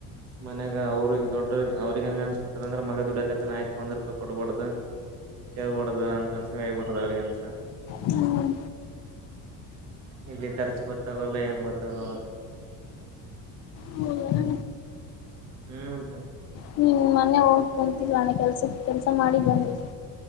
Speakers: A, on the right (about 50°); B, on the left (about 45°).
A: ಮನ್ಯಾಗ ಅವ್ರಗ ದೊಡ್ಡ್ರ ಅವ್ರಗ ಹಂಗ ಅನ್ಸ್ಬಿಟ್ಟದ ಅಂದ್ರೆ ಮಗ ದುಡಕತನ ಆಯ್ತು ಒಂದ್ ರೂಪಾಯಿ ಕೊಡ್ಬಾರಡ್ದು ಕೇಳ್ಬೋಡದ ಅಂತ ಅನ್ಸಂಗ ಆಗ್ಬಿಡದ ಅವ್ರಗಂತ <inaudible>
B: ಹ್ಮ್
A: ಇಲ್ಲಿ ಖರ್ಚು ಗೊತ್ತಾಗಲ್ಲ ಏನ್ ಗೊತ್ತಾಗಲ್ಲ ಅದು
B: ಹೌದಾ
A: ಹ್ಮ್ಂತ
B: ಹ್ಮ್ ಮೊನ್ನೆ ಹೋಗ ಕುಂತಲ್ಲ ಅಣ್ಣ ಕೆಲ್ಸ ಕೆಲ್ಸ ಮಾಡಿ ಬಂದಿ